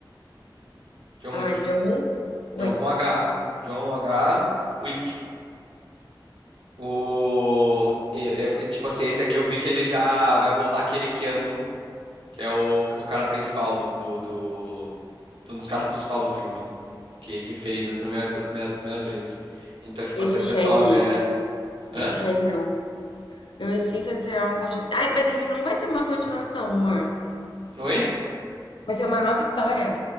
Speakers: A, on the right (about 85°); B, on the left (about 75°).
A: John
B: Ah,
A: Wick.
B: John Wick.
A: John com H. John H. Wick. O... é- é- é tipo assim, esse aqui eu vi que ele já vai voltar aquele Keanu, que é o, o cara principal do, do, do- Um dos caras principal do filme. Que, que fez as primeiras, as primeiras, as primeiras vezes. Então, tipo
B: Esse
A: assim, vai
B: Shed.
A: ser top. É... Hã?
B: Esse Shed não. Eu sinto que será uma continuação. Ai, mas ele não vai ser uma continuação, amor.
A: Oi?
B: Vai ser uma nova história.